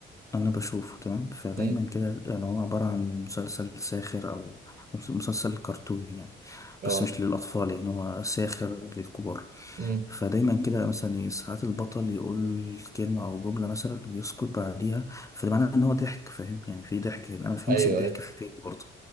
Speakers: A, on the left (about 15°); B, on the right (about 45°).
A: انا بشوفه تمام فدايما
B: امم
A: كده يعني هو عبارة عن مسلسل ساخر او أو مسلسل كرتوني يعني
B: اه
A: بس مش للاطفال يعني هو ساخر للكبار
B: امم
A: فدايما كده مثلا ي- ساعات البطل يقول كلمة او جملة مثلا ويسكت بعديها فده معناه ان هو ضحك فاهم يعني في ضحك هنا. انا ما فهمتش
B: ايوه
A: الضحك
B: ايوه
A: فين برضه